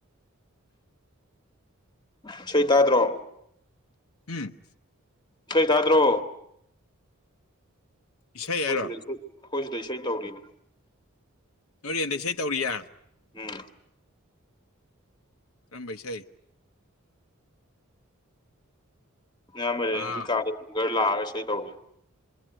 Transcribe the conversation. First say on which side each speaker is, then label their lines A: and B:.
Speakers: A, on the left; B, on the left.
A: ꯏꯁꯩꯇꯥꯥꯗ꯭ꯔꯣ
B: ꯍꯨꯝ
A: ꯏꯁꯩ ꯇꯥꯗ꯭ꯔꯣ
B: ꯏꯁꯩ ꯍꯥꯏꯔꯣ
A: ꯑꯩꯈꯣꯏ ꯁꯤꯗ ꯏꯁꯩ ꯑꯩꯈꯣꯏ ꯁꯤꯗ ꯏꯁꯩ ꯇꯧꯔꯤꯅꯦ
B: ꯅꯣꯏ ꯔꯦꯟꯗ ꯏꯁꯩ ꯇꯧꯔꯤꯌꯦ
A: ꯎꯝ
B: ꯀꯔꯝꯕ ꯏꯁꯩ
A: <unintelligible>
B: ꯑꯥ
A: ꯏꯁꯩ ꯇꯧꯔꯤ